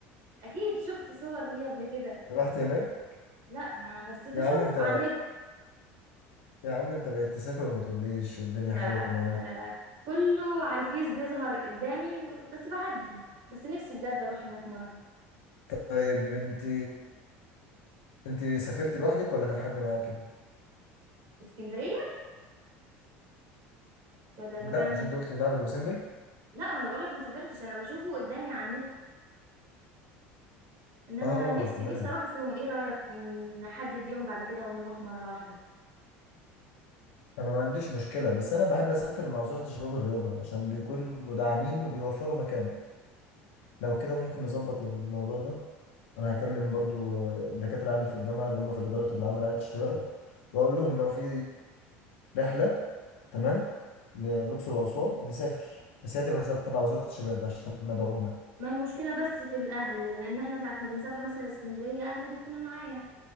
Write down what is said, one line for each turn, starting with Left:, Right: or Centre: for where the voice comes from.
Right: اكيد شفت صور ليه قبل كده
Left: رحت هناك
Right: لا ما بس بشوف
Left: يا عم انت
Right: على النت
Left: يا عم انت بقيت تسافر وما تقوليش والدنيا
Right: لا
Left: حلوه معاك
Right: لا لا لا كله على الفيس بيظهر قدامي بس بعدي بس نفسي بجد اروح هناك مره
Left: طيب انت انت سافرت لوحدك ولا كان حد معاك
Right: اسكندريه ولا المكان
Left: لا مش انت قلت معبد ابو سمبل
Right: لا ما بقولك ما سافرتش انا بشوفه قدامي على النت انما
Left: اه
Right: انا نفسي
Left: تمام
Right: نفسي اروح في يوم ايه رايك نحدد يوم بعد كده ونروح مره واحده
Left: انا ما عنديش مشكله بس انا بحب اسافر مع وزاره الشباب الرياضه عشان بيكون مدعمين وبيوفروا مكان فلو كده ممكن نظبط الموضوع ده انا هكلم برضو آه، الدكاتره عندي في الجامعه اللي هم في الاداره اللي عامله رعايه الشباب واقول لهم لو في رحله تمام للأقصر وأسوان نسافر بس هي تبقى تبع وزارة الشباب عشان مدعومة
Right: ما المشكله بس في الاهل لان احنا ساعه ما بنسافر مثلا اسكندريه اهلي بيكونوا معايا